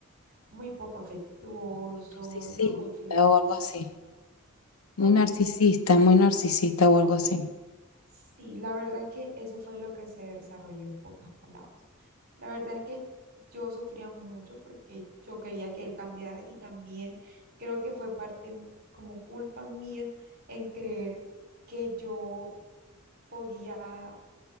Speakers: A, on the right; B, on the left.
A: muy poco afectuoso,
B: Narcisista
A: no confiaba.
B: o
A: mu-
B: algo así. Muy
A: ¿Cómo?
B: narcisista, muy narcisista o algo así.
A: Sí, la verdad es que eso fue lo que se desarrolló en pocas palabras. La verdad es que yo sufría mucho porque yo quería que él cambiara y también creo que fue parte como culpa mía en creer que yo podía